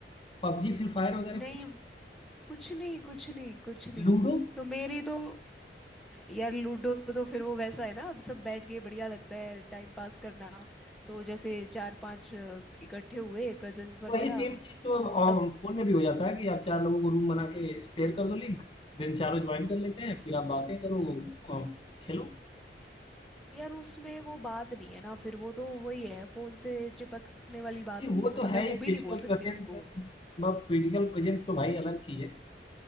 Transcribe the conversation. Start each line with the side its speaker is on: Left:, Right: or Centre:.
Left: पबजी फ्री फायर वगैरह
Centre: नहीं
Left: कुछ
Centre: कुछ नहीं कुछ नहीं कुछ नहीं
Left: लूडो
Centre: तो मेरी तो यार लूडो तो फिर वो वैसा है ना अब सब बैठ के बढ़िया लगता है टाइम पास करना तो जैसे चार पांच अ, इकट्ठे हुए कजन्स वगैरह
Left: वही सेम चीज तो
Centre: तो
Left: अब
Centre: तब
Left: अब फोन में भी हो जाता है कि आप चार लोगों को रूम बना के शेयर कर दो लिंक देन चारों ज्वाइन कर लेते हैं फिर आप बातें करो अ, खेलो
Centre: यार उसमें वो बात नहीं है ना फिर वो तो वही है फोन से चिपकने वाली
Left: नहीं
Centre: बात हो
Left: वो
Centre: गई मतलब
Left: तो है
Centre: मैं
Left: ही
Centre: हॉबी
Left: फिजिकल
Centre: नहीं बोल सकती
Left: प्रेजेंस
Centre: उसको
Left: फिजिकल प्रेजेंस तो भाई अलग चीज है